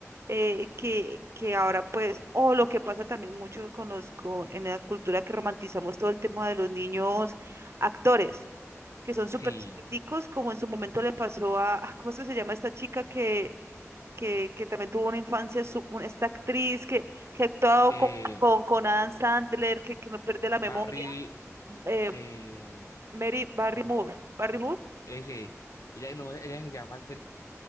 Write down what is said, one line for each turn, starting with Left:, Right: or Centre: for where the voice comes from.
Right: eh, que, que ahora pues, o lo que pasa también mucho con los, con, en la cultura que romantizamos todo el tema de los niños actores que son
Left: Sí,
Right: súper chiquiticos, como en su momento le pasó a, ah, ¿cómo es que se llama esta chica que, que, que también tuvo una infancia, su- una- esta actriz que, que ha actuado
Left: eh,
Right: con, con, con Adam Sandler, que, que no pierde la
Left: Barry,
Right: memoria, eh,
Left: eh,
Right: Mary Barrymore,
Left: ¿cómo es que es?
Right: Barrymore,
Left: Ese, ella, no, ella se llama, es